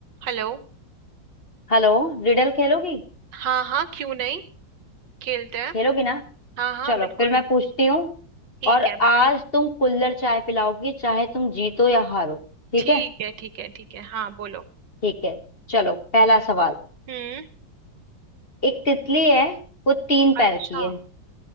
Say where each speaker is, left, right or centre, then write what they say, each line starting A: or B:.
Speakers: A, on the right (about 65°); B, on the left (about 30°).
A: Hello
B: Hello Riddle खेलोगी
A: हाँ हाँ क्यों नहीं खेलते हैं
B: खेलोगी ना
A: हाँ हाँ
B: चलो
A: बिल्कुल
B: फिर मैं पूछती हूँ
A: ठीक
B: और
A: है
B: आज तुम कुल्हड़ चाय पिलाओगी चाहे तुम जीतो या हारो ठीक
A: ठीक
B: है
A: है ठीक है ठीक है हाँ बोलो
B: ठीक है चलो पहला सवाल
A: हम्म
B: एक तितली है वो तीन
A: अच्छा
B: पैर की है